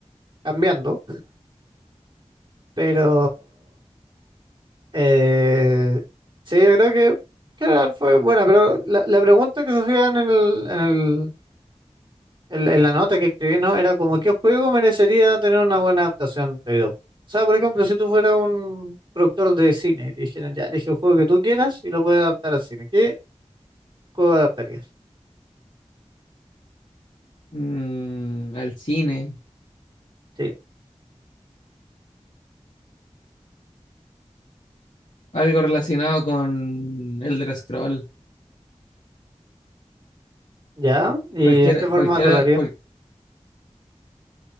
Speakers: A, on the right; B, on the left.
A: cambiando, pero eh, sí, yo creo que, que fue buena, pero la, la pregunta que se hacían en el, en el, En, en la nota que escribí, ¿no? Era como, ¿qué juego merecería tener una buena adaptación de video? O sea, por ejemplo, si tú fueras un productor de cine y te dijeran, ya, elige el juego que tú quieras y lo puedes adaptar al cine, ¿qué juego adaptarías?
B: Mm, al cine.
A: Sí,
B: Algo relacionado con Elder Scroll.
A: ya, ¿y
B: Cualquiera,
A: en qué formato
B: cualquiera,
A: lo haría?
B: cual-